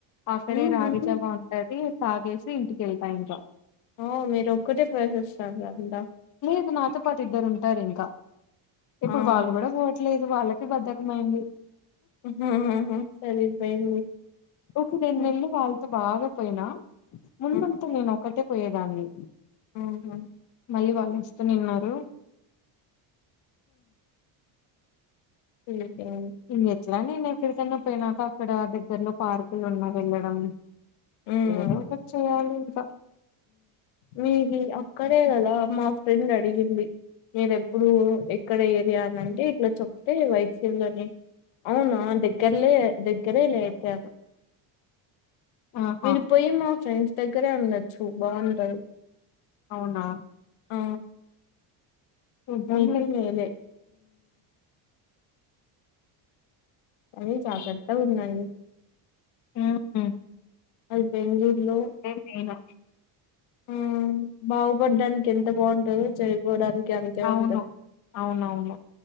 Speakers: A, on the left; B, on the left.
A: అక్కడే
B: ఊహూ
A: రాగి జావా ఉంటది తాగేసి ఇంటికేళ్తా ఇంకా
B: ఓ మీరు ఒక్కటే ప్రసిస్తారుంతా
A: లేదు నాతో పాటు ఇద్దరు ఉంటారు ఇంకా ఇప్పుడు
B: ఆహా!
A: వాళ్ళు కూడా పోవట్లేదు వాళ్ళకి బద్దకమైంది
B: ఆహాహాహా! సరిపోయింది.
A: ఒక రెండు
B: హ్మ్.
A: నెలలు వాళ్లతో బాగా పోయినా ముందంత
B: ఆ!
A: నేను ఒక్కటే పోయేదాన్ని
B: ఆహ
A: మళ్ళీ వాళ్ళు వస్తూనేనున్నారు
B: సరిపోయింది.
A: ఇంక ఎట్లా నేను ఎక్కడికైనా పోయినాక అక్కడ దగ్గరలో పార్కులు ఉన్నా వెళ్ళడం
B: హ్మ్.
A: ఏదోకటి చేయాలింక
B: మీది అక్కడే కదా మా ఫ్రెండ్ అడిగింది మీరేప్పుడు ఎక్కడ ఏరియానంటే ఇట్లా చెప్తే వైసల్ని లోని అవునా దగ్గరలే దగ్గరే లే అయితే
A: ఆహా
B: వినిపోయి మా ఫ్రెండ్స్ దగ్గరే ఉండొచ్చు బాగుంటది
A: అవునా
B: అ
A: చూద్దాంలే
B: మీకు లేవులే కానీ జాగ్రత్తగా ఉందండి
A: హ్మ్
B: మీరు బెంగుళూరులో
A: నేను
B: ఆ బాగుపడ్డానికి ఎంత బాగుంటందో చరి డానికికి అంతే
A: అవును
B: ఉంటది
A: అవునవును